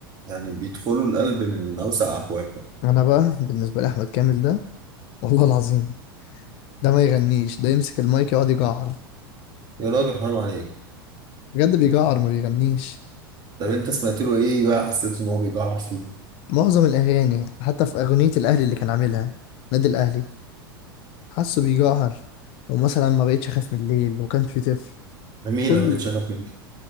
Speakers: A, on the right (about 35°); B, on the left (about 50°).
A: يعني بيدخلوا القلب من اوسع ابوابه
B: انا بقى بالنسبه لي احمد كامل ده والله العظيم ده ما يغنيش ده يمسك المايك يقعد يجعر
A: يا راجل حرام عليك
B: بجد بيجعر ما بيغنيش
A: طب انت سمعت له ايه بقى حسيت ان هو بيجعر فيه
B: معظم الاغاني حتى في اغنيه الاهلي اللي كان عاملها نادي الاهلي حاسه بيجعر ومثلا ما بقتش اخاف من الليل وكان في طفل
A: جميله
B: كل
A: بقيت شغف منك